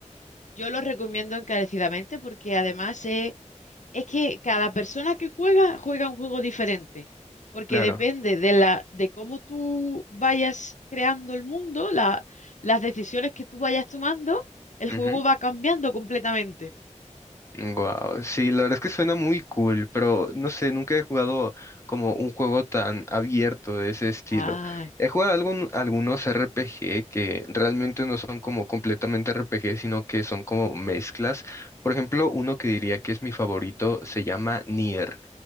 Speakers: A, on the left; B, on the left.
A: yo lo recomiendo encarecidamente porque además es, es que cada persona que juega juega un juego diferente, porque
B: Claro.
A: depende de la de cómo tú vayas creando el mundo, la- las decisiones que tú vayas tomando, el
B: Ujú.
A: juego va cambiando completamente.
B: Wow, sí, la verdad es que suena muy cool, pero no sé, nunca he jugado como un juego tan abierto de ese estilo.
A: Ay,
B: He jugado algún- algunos RPG que realmente no son como completamente RPG, sino que son como mezclas. Por ejemplo, uno que diría que es mi favorito se llama Nier.